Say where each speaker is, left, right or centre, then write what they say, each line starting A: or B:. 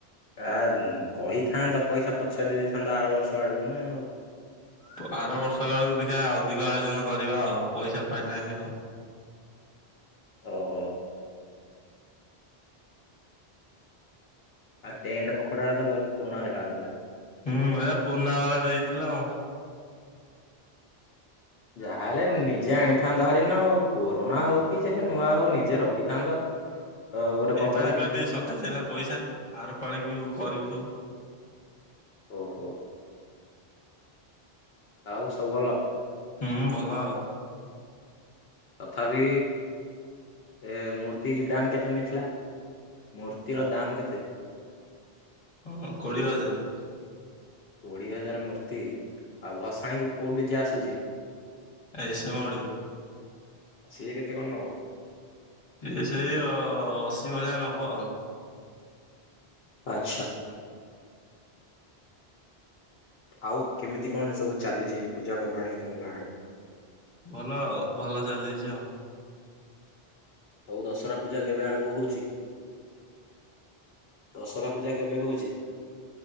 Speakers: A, on the left (about 70°); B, on the left (about 35°).
A: ଆ କହିଥାନ୍ତ ପଇସା ପଛରେ ଦେଇ ଦେଇଥାନ୍ତ ଆର ବର୍ଷ ଆଡକୁ ନା।
B: ତ ଆର ବର୍ଷ ଆଡୁକୁ ଦେଖିବା ଅଧିକ ଆୟୋଜନ କରିବା ଆଉ, ପଇସା ପାଇଲାନି ଆଉ।
A: ଓହୋ। ଆଉ ଟେଣ୍ଟ କପଡା ଗୁଡା ତ ବହୁତ୍ ପୁରୁଣା ଦେଖା ଯାଉଥିଲା।
B: ହୁଁ, ଏରା ପୁରୁଣା ଗୁଡା ଦେଇଥିଲା ଆଉ।
A: ଯାହାହେଲେ ନିଜେ ଆଣିଥାନ୍ତ ହାରି ନା ଆଉ, ପୁରୁଣା ହଉ କି ଯେ ନୂଆ ହଉ ନିଜେ ରଖିଥାନ୍ତ। <inaudible> କପଡା
B: ଏଇ ପାଳି
A: କିଣି
B: ବା ଟିକେ
A: ଦେଇଥାନ୍ତ
B: ସଟେଜ୍ ହେଲା ପଇସା, ଆର ପାଳିକି କରିବୁ ସବୁ।
A: ଓହୋ। ଆଉ ସବୁ ଭଲ?
B: ହୁଁ, ଭଲ ଆଉ।
A: ତଥାପି ଏ ମୂର୍ତ୍ତି ଦାମ୍ କେତେ ନେଇଥିଲା, ମୂର୍ତ୍ତିର ଦାମ୍ କେତେ?
B: ଅ କୋଡ଼ିଏ ହଜାରେ।
A: କୋଡିଏ ହଜାର୍ ମୂର୍ତ୍ତି, ଆଉ ଭସାଣୀ କୁ କୋଉ ଡିଜେ ଆସୁଛି?
B: S M audio.
A: ସିଏ କେତେ କଣ ନବ?
B: ସିଏ ସେଇ ଅ ଅଶୀ ଭଳିଆ ନବ ଆଉ।
A: ଆଚ୍ଛା। ଆଉ କେମିତି କଣ ସବୁ ଚାଲିଚି ପୂଜା ପର୍ବାଣୀ ତମ ଗାଁ ଆଡ଼େ?
B: ଭଲ ଆଉ, ଭଲ ଚାଲିଚି ଆଉ।
A: ଆଉ ଦଶରା ପୂଜା କେବେ ଆଡୁକୁ ହଉଚି? ଦଶରା ପୂଜା କେବେ ହଉଚି?